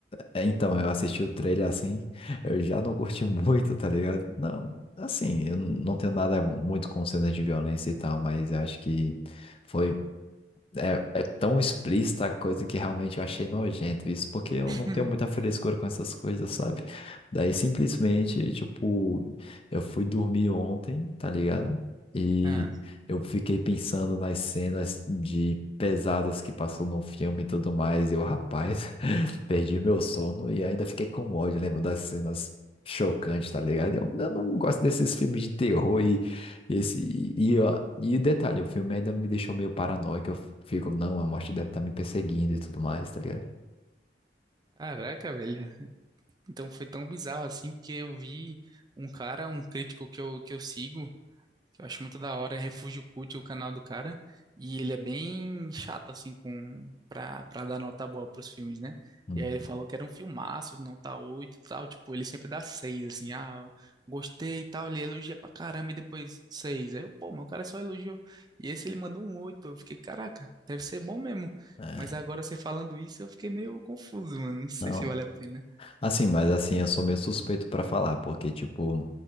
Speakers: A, on the left; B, on the right.
A: é, então, eu assisti o trailer assim, eu já não curti <laughs> muito, tá ligado? Não, assim, eu não tenho nada muito com cenas de violência e tal, mas eu acho que foi É, é tão explícita a coisa que realmente eu achei nojento isso, porque eu
B: <laughs>
A: não tenho muita frescura com essas coisas, sabe? Daí simplesmente, tipo, eu fui dormir ontem, tá ligado? E
B: Ah,
A: eu fiquei pensando nas cenas de pesadas que passou no filme e tudo mais, e eu, rapaz, <laughs> perdi meu sono e ainda fiquei com ódio, lembro das cenas chocantes, tá ligado? Eu, eu não gosto desses filmes de terror e esse, e, ó, e detalhe, o filme ainda me deixou meio paranoico. Eu fico, não, a morte deve estar me perseguindo e tudo mais, tá ligado?
B: caraca, velho. Então foi tão bizarro assim, porque eu vi um cara, um crítico que eu, que eu sigo. que eu acho muito da hora, é Refúgio Cult, o canal do cara, e ele é bem chato, assim, com, pra, pra dar nota boa pros filmes, né?
A: Hum.
B: E aí ele falou que era um filmaço, nota 8 e tal, tipo, ele sempre dá 6 assim, ah, eu gostei e tal, ele elogia pra caramba e depois seis Aí eu, pô, meu cara só elogiou. E esse ele mandou um oito eu fiquei, caraca, deve ser bom mesmo.
A: É,
B: Mas agora você falando isso, eu fiquei meio confuso, mano, não sei
A: não.
B: se vale a pena.
A: Assim, mas assim, eu sou meio suspeito pra falar, porque, tipo,